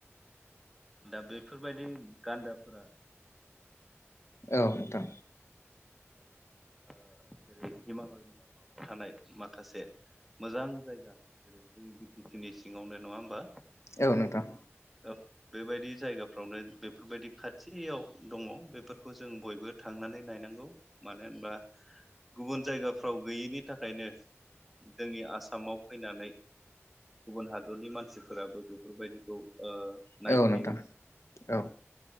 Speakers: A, in the centre; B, on the left (about 75°).
A: दा बेफोर बायदि गान्दाफोरा
B: औ नोंथां
A: ओ जेरै हिमालयनि आफाङाव थानाय माखासे मोजां जायगा जेरै जोंनि बि टि सि नि सिङावनो नङा होमबा?
B: औ नोंथां
A: बेबायदि जायगाफ्रावनो बेफोरबायदि खाथियाव दङ। बेफोरखौ जों बयबो थांनानै नायनांगौ मानो होनबा गुबुन जायगाफ्राव गैयैनि थाखायनो जोंनि आसामाव फैनानै गुबुन हादरनि मानसिफोराबो बेफोर बायदिखौ ओ नायफैयो।
B: औ नोंथां औ नोंथां औ नोंथां औ नोंथां औ नोंथां औ